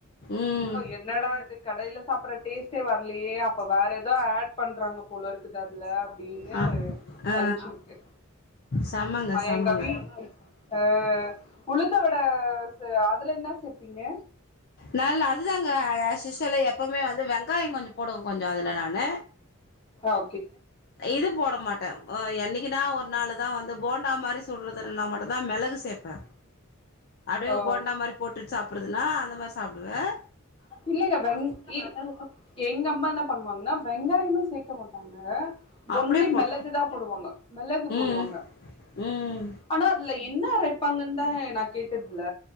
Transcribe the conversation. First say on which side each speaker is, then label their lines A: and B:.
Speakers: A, on the left; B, on the left.
A: ம்
B: என்னடா இதுக்கு கடையில சாப்பிடற டேஸ்ட் டே வரலையே அப்ப வேற ஏதோ ஆட் பண்றாங்க போல இருக்குது அதுல அப்டின்னு
A: ஆ ஆ
B: நினைச்சிருக்கு
A: செமங்க செமங்க
B: எங்க வீட் ஆஹ உளுந்த வடை அதில் என்ன சேப்பிங்க
A: நல்ல அதுதாங்க அஸ்யூஷுவல் எப்பவுமே வந்து வெங்காயம் கொஞ்சம் போடுவோங்க கொஞ்சம் அதுல நானு
B: ஓ
A: இது போட மாட்டேன் என்னைக்குனா ஒரு நாளுதான் வந்து போண்டா மாரி சொல்றது நான் மட்டும்தான் மிளகு சேர்ப்பேன் அப்டியே
B: ஓ
A: போண்டா மாதிரி போட்டுட்டு சாப்ப அப்படுதுனா அந்த மாரி சாப்பிடுவேன்
B: இல்லைங்க வெங் இ எங்க அம்மா என்ன பண்ணுவாங்கன்னா வெங்காயமும் சேர்க்க மாட்டாங்க
A: அப்டியே
B: ஒன்லி
A: போடு
B: மெல்லகு தான் போடுவாங்க மெல்லகு போடுவாங்க
A: ம் ம்
B: ஆனா அதுல என்ன அரைப்பாங்கன்னு தான் நான் கேட்டதுல